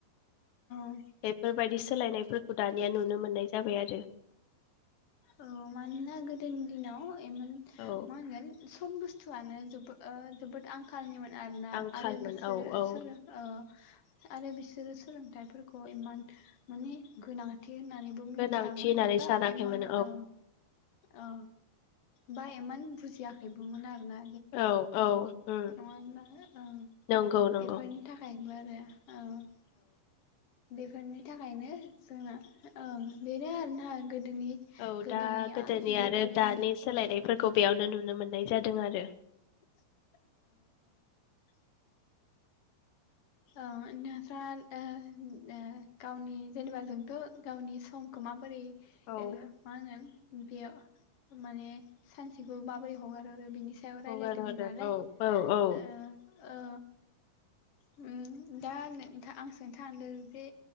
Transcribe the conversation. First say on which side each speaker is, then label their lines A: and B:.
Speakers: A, on the left; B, on the left.
A: औ
B: बेफोरबायदि सोलायनायफोरखौ दानिया नुनोम मोनाय जाबाय आरो
A: औ मानोना गोदोनि दिनाव ए मोन
B: औ
A: मा होनगोन? खम बुस्थुआनो जोबो ओ जोबोद आंखालनिमोन। आरोना
B: आंखालमोन
A: आरो बिसोरो
B: औ औ
A: सोलों औ आरो बिसोरो सोलोंथाइफोरखौ इमान माने गोनांथि थि होननानैबो मिथियामोन
B: गोनांथि होननानै
A: बा
B: सानाखैमोन
A: मा औ औ बायोमोन। नों बुजियाखैबोमोन आरो ना।
B: औ औ उम
A: नङा होनबा ओं
B: नंगौ नंगौ
A: बेफोरनि थाखाय <unintelligible> आरो औ बेफोरनि थाखायनो जोंना ओं बेनो आरोना। गोदोनि
B: औ
A: गोदोनिया
B: दा गोदोनि
A: बेफोरजों
B: आरो दानि सोलायनायफोरखौ
A: ओ
B: बेयावनो नुनो मोननाय जादों आरो।
A: <inaudible> ओ नोंस्रा ओ ओ गावनि जेनेबा जोंथ गावनि समखौ माबोरै
B: औ
A: ओ मा होनगोन बेयाव माने सानसेखौ माबोरै हगार हरो बेनि सायाव
B: हगार
A: रायलायदोंमोन
B: हरो
A: नालाय
B: औ औ
A: ओ ओ ओम दा <unintelligible> जे